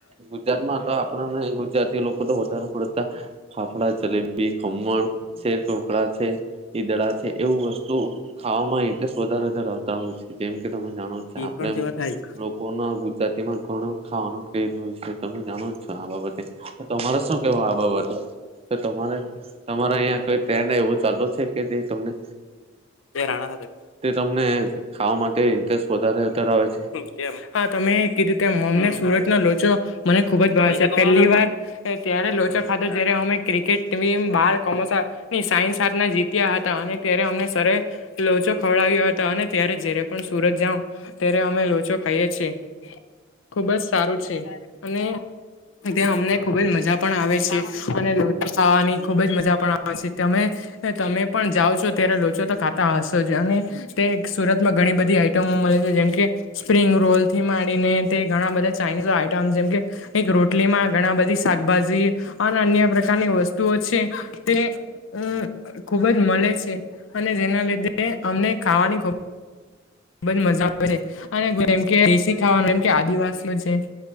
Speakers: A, on the right; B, on the left.
A: ગુજરાતમાં તો આપણાને ગુજરાતી લોકો તો વધારે. ડતા ફાફડા જલેબી ખમમણ છેેર ઢોકડા છે. ઈદડા છે એવ વસ્તુ ખાવામાં રતે વધારે ધરાવતા હોય છે જેમ કે તમે જાણો છ?
B: પણ જેવા થાય.
A: લોકોના ગુજરાતીમાં ઘણો ખાવાનો ક્રેઝ હોય છે તમે જાણો જ છો આ બાબતે. તો તમારે શું કેવું આ બાબતે હતો તો તમારે તમારે અહ્યા કોઈ પર ને એવું ચાલુ છે. કે તે તમને.
B: તે રાણા હાથે
A: તે તમને ખાવા માટે ઇન્ટરેસ્ટ વધારે ધરાવે છે.
B: કેમ. હા તમે કીધું તેમ અમને સુરતનો લોચો મને ખુબ જ ભાવ છે પહેલી વાર. એ ત્યારે લોચો ખાધો જયારે અમે ક્રિકેટ ટીમ બાર કમોસા ની સાઈન સાતના જીત્યા હતા અને ત્યારે અમને સરે લોચો ખવડાવ્યો હતો. અને ત્યારે જય્યારે પણ સુરત જાઉ ત્યારે અમે લોચો ખાઈએ છીએ ખુબ જ સારું છે અને ત્યાં અમને ખુબ જ મજા પણ આવે છે. અને લોચો ખાવાની ખુબ જ મજા પણ આવે છે. તમે ને તમે પણ જાઓ છો ત્યારે લોચો તો ખાતા હશો જ અને તે સુરતમાં ઘણી બધી આઈટમો મળે છે જેમ કે સ્પ્રિંગ રોલ થી માંડીને તે ઘણા બધા ચાઇનીઝ આઈટમ જેમ કે એક રોટલીમાં ઘણા બધી શાકભાજી અને અન્ય પ્રકારની વસ્તુઓ છે તે અમ ખુબ જ મળે છે અને જેના લીધે અમને ખાવાની ખૂબ મને મજા પડે અને જેમ કે દેશી ખાવાનું એમ કે આદિવાસીઓ છે.